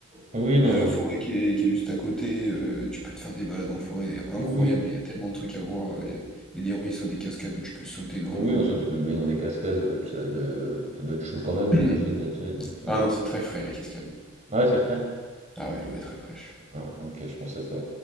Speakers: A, on the right; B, in the centre.
A: Oui, non,
B: Il y a la forêt
A: oui,
B: qui est, qui est juste à côté, euh, tu peux te faire des balades en forêt incroyables,
A: oui,
B: il y a tellement de trucs à voir, il y a, il y a des ruisseaux, des cascades où tu peux sauter dans
A: oui,
B: l'eau.
A: en soi tu peux te baigner dans des cascades, ça doit être, ça de- ça doit être chaud quand même,
B: <clears throat>
A: j'imagine l'été, donc.
B: Ah
A: euh,
B: non, c'est très frais les cascades.
A: Ah ouais, c'est frais?
B: Ah ouais, l'eau est très fraîche.
A: Ah, ok, je pensais pas.